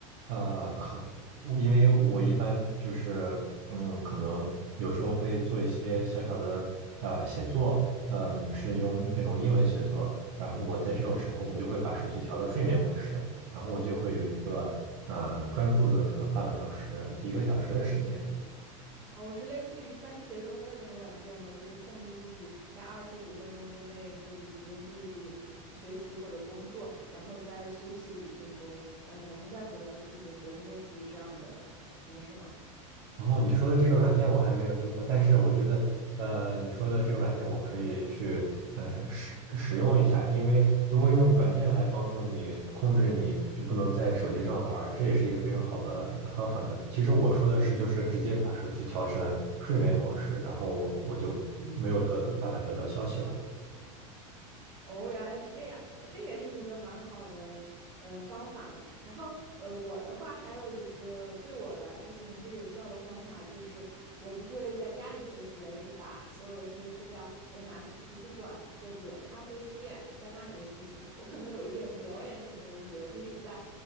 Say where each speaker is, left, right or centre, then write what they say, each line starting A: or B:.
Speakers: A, on the right; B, on the right.
A: 呃，可我因为我一般就是，嗯，可能有时候会做一些小小的呃写作，嗯、是用那种英文写作。然后我在这种时候，我就会把手机调到睡眠模式。然后我就会有一个呃专注的可能半个小时、一个小时的时间。
B: 哦，我是类似于番茄钟的那种软件吗？就是控制自己在二十五分钟之内可以集中注意力学习或者工作，然后再休息五分钟，嗯，然后再回来继续工作，是类似于这样的模式吗？
A: 然后你说的这个软件我还没有听过，但是我觉得呃你说的这个软件我可以去呃使使用一下，因为如果用软件来帮助你控制你就不能在手机上玩儿，这也是一个非常好的方法呢。其实我说的是就是直接把手机调成睡眠模式，然后我我就没有得办法得到消息了。
B: 哦，原来是这样，那这也是一个蛮好的呃方法呢。然后呃，我的话还有一个对我来说行之有效的方法，就是我不会在家里学习，而是把所有的学习资料都拿去图书馆或者咖啡店，在那里面学习。我可能有一点表演型人格，就是在。